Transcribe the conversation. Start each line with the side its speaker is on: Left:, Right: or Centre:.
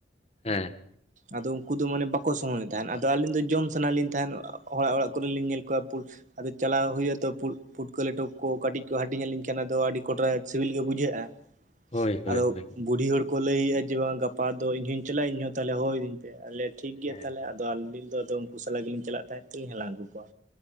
Left: ᱦᱮᱸ,
Right: ᱟᱫᱚ ᱩᱱᱠᱩ ᱫᱚ ᱢᱟᱱᱮ ᱵᱟᱠᱚ ᱥᱚᱢᱚᱭᱮᱫ ᱛᱟᱦᱮᱸᱫ, ᱟᱫᱚ ᱟᱹᱞᱤᱧ ᱫᱚ ᱡᱚᱢ ᱥᱟᱱᱟ ᱞᱤᱧ ᱛᱟᱦᱮᱸᱱ ᱚᱲᱟᱜ ᱚᱲᱟᱜ᱾ ᱠᱚᱤᱧᱞ ᱧᱮᱞ ᱠᱚᱣᱟ ᱯᱩ ᱟᱫᱚ ᱪᱟᱞᱟᱣ ᱦᱳᱭᱳᱜ-ᱟ ᱛᱚ, ᱯᱩᱴᱠᱟᱹ ᱞᱮᱴᱚ ᱠᱚ ᱠᱟᱹᱴᱤᱡ ᱠᱚ ᱦᱟᱹᱴᱤᱧ ᱟᱹᱞᱤᱧ ᱠᱷᱟᱱ ᱟᱫᱚ ᱟᱹᱰᱤ ᱠᱚᱴᱨᱟ ᱥᱤᱵᱤᱞ ᱜᱮ ᱵᱩᱡᱷᱟᱹᱜᱼᱟ᱾
Left: ᱦᱳᱭ ᱦᱳᱭ
Right: ᱟᱫᱚ
Left: ᱦᱳᱭ
Right: ᱵᱩᱰᱦᱤ ᱦᱚᱲ ᱠᱚ ᱞᱟᱹᱭᱼᱟ ᱡᱮ, ᱵᱟᱝ ᱜᱟᱯᱟ ᱫᱚ ᱤᱧ ᱦᱚᱧ ᱪᱟᱞᱟᱜᱟ ᱤᱧ ᱦᱚᱸ ᱛᱟᱦᱚᱞᱮ ᱦᱚᱦᱚ ᱤᱫᱤᱧ ᱯᱮ ᱟᱞᱮ ᱴᱷᱤᱠ ᱜᱮᱭᱟ
Left: ᱦᱮᱸ
Right: ᱛᱟᱦᱚᱞᱮ ᱟᱫᱚ ᱟᱹᱞᱤᱧ ᱫᱚ, ᱟᱫᱚ ᱩᱱᱠᱩ ᱥᱟᱞᱟᱜᱞᱤᱧ ᱪᱟᱞᱟᱜ ᱛᱟᱦᱮᱸ ᱛᱮᱞᱤᱧ ᱦᱟᱞᱟᱝ ᱟᱹᱜᱩ ᱠᱚᱣᱟ᱾